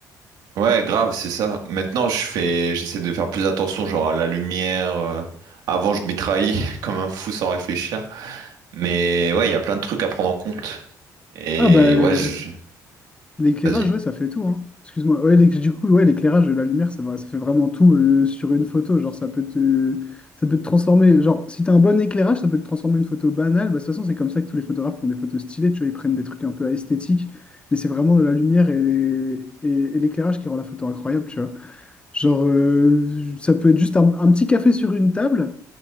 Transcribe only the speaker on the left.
Ah bah.
L'éclairage,
ouais, ça fait tout, hein. Excuse-moi. Ouais, l'éc- du coup, ouais, l'éclairage et la lumière, ça, va- ça fait vraiment tout euh, sur une photo. Genre, ça peut te, ça peut te transformer. Genre, si t'as un bon éclairage, ça peut te transformer une photo banale. Bah, de toute façon, c'est comme ça que tous les photographes font des photos stylées. Tu vois, ils prennent des trucs un peu esthétiques. Mais c'est vraiment la lumière et, les- et- et l'éclairage qui rend la photo incroyable, tu vois. Genre, euh, ça peut être juste un, un petit café sur une table.